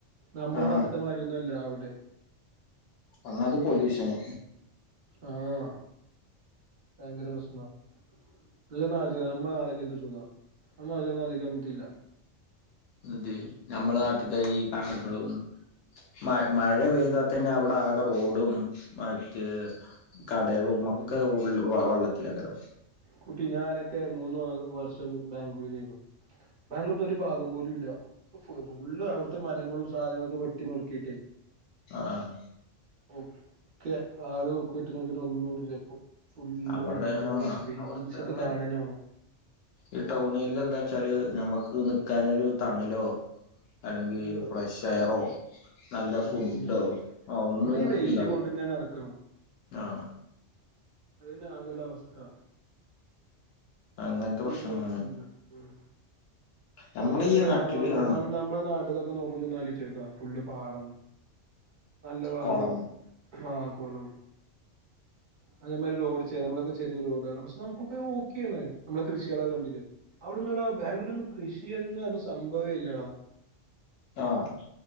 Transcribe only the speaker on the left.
ആഹ്
ഒന്നാമത് പൊല്യൂഷന്
അതെ നമ്മടെ നാട്ടുത്തെ ഈ പാടങ്ങളും മഴ മഴ പെയ്താൽ തന്നെ അവിടെ ആകെ റോഡും മറ്റ് കടകളും
ഒക്കെ ഉള്ള വെള്ളത്തിലാകാരം
ആഹ്
അവിടെ
ആഹ്
അവിടുത്തെ
അങ്ങനെ
ഈ ടൗൺ ഏരിയായിൽ എന്താ വച്ചാല് ഞമ്മക്ക് നിക്കാനൊരു തണലോ അല്ലെങ്കി
ഫ്രഷ് എയറോ നല്ല
ഫുഡോ ആഹ് ഒന്നും
ഉണ്ടാവില്ല
ആഹ്
അങ്ങനത്തെ
പ്രശ്നങ്ങളാണ്
നമ്മളെ
ഈ
നാട്ടില് ആ
കൊളം
ആഹ്